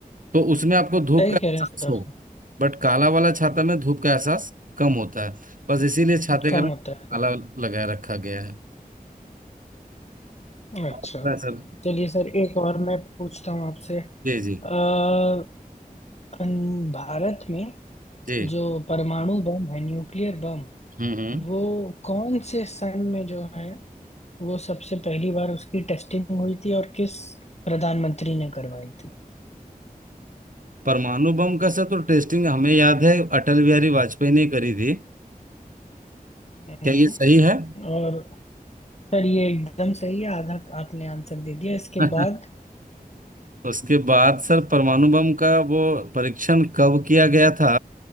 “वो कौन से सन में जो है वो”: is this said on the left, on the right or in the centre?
Left